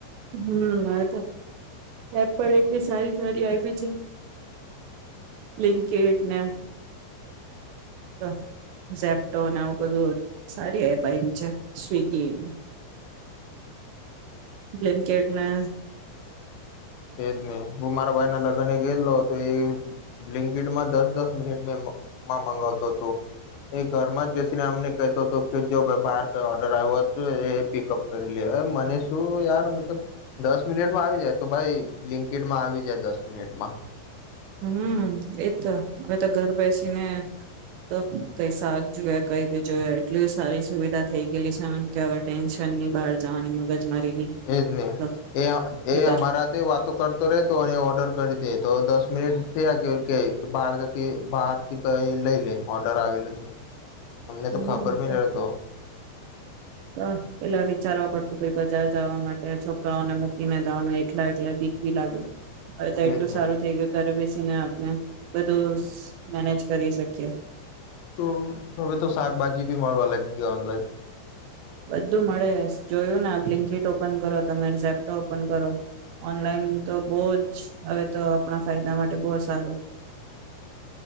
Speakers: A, on the right; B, on the left.
A: હમ આ તો એપ પણ એટલી સારી સારી આયવી છે. બ્લિંકિટ ને તો ઝેપટોન આવું બધું સારી અપ આયવી સ્વિગી બ્લિંકિટ ને
B: તે જ ને, હું મારા ભાઈના લગ્નમાં ગયેલો હતો. એ બ્લિંકિટમાં દસ દસ મિનિટમાં મ મગાવતો હતો, એ ઘરમાં જ બેસીને અમને કહેતો હતો કે, જો ભાઈ બહાર કંઈ ઓર્ડર આવ્યો હશે એ પિકઅપ કરી લે મને શું યાર મતલબ દસ મિનિટમાં આવી જાય. તો ભાઈ બ્લિંકિટ માં આવી જાય દસ મિનિટમાં.
A: હમ્મ, એ તો હવે તો ઘરે બેસીને તો કંઈ શાક જોઈએ, કંઈ પણ બી જોયે એટલી સારી સુવિધા થઈ ગયેલી છે ને કે હવે ટેન્શન ની બહાર જવાની મગજ મારીની
B: એ જને,
A: તો
B: એ એ
A: નીતર
B: અમારા તે વાતો કરતો રહે તો અને ઓર્ડર કરી દે તો દસ મિનિટ થીયા કે કે બાર જથી બહારથી કઈ લઈ લે ઓર્ડર આવેલૂ છે. અમને
A: હમ
B: તો ખબર ભી ન તો.
A: તો, પેલા વિચારવા પડતું બજાર જવા માટે છોકરાઓને મૂકીને જવાનું એકલા, એટલે બીક ભી લાગે હવે તો
B: તેજ
A: એટલું
B: ને
A: સારું થઈ ગયું, ઘરે બેસીને હમ્મ, બધું <unintelligible> મેનેજ કરી શકીએ.
B: તો હવે તો શાકભાજી ભી માળવા લાગી. <unintelligible>
A: બધું મળે, જોયું ને! બ્લિંકિટ ઓપન કરો, તમે ઝેપ્ટો ઓપન કરો ઓનલાઈન તો બોજ હવે તો આપણા ફાયદા માટે બો સારું